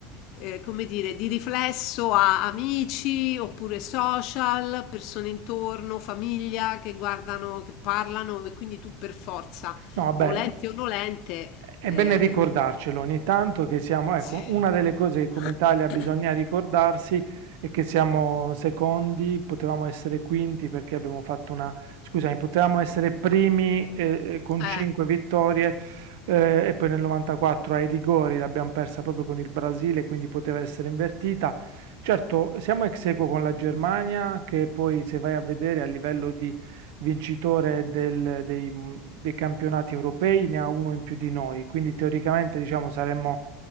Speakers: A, on the left; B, on the right.
A: eh, come dire, di riflesso a amici oppure social, persone intorno, famiglia che guardano, che parlano e quindi tu per forza,
B: No, vabbè,
A: volente o nolente
B: è
A: Ehm
B: bene ricordarcelo ogni tanto che siamo,
A: Sì.
B: ecco, una delle cose che come
A: <coughs>
B: Italia bisogna ricordarsi è che siamo secondi, potevamo essere quinti perché abbiamo fatto una, scusami, potevamo essere primi eh, eh, con
A: Eh.
B: 5 vittorie eh, e poi nel 94 ai rigori l'abbiamo persa proprio con il Brasile, quindi poteva essere invertita. Certo, siamo ex aequo con la Germania che poi se vai a vedere a livello di vincitore del- dei, dei campionati europei, ne ha uno in più di noi, quindi teoricamente diciamo saremmo